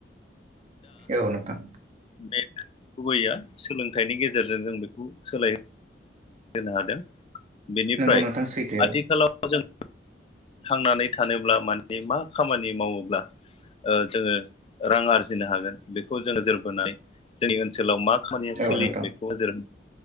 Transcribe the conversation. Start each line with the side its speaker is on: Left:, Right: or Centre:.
Right: औ नोंथां।
Left: बे गुबुबैया सोलोंथाइनि गेजेरजों जों बेखौ सोलाय होनो हादों बेनिफ्राय
Right: नोंगौ नोंथां सैथो।
Left: आथिखालाव थांनानै थानोब्ला माने मा खामानि मावोब्ला ओ जोङो रां आरजिनो हागोन बेखौ जों नोजोर बोनाय जोंनि ओनसोलाव मा खामानिया
Right: औ
Left: सोलियो
Right: औ नोंथां
Left: बेखौबो जेरै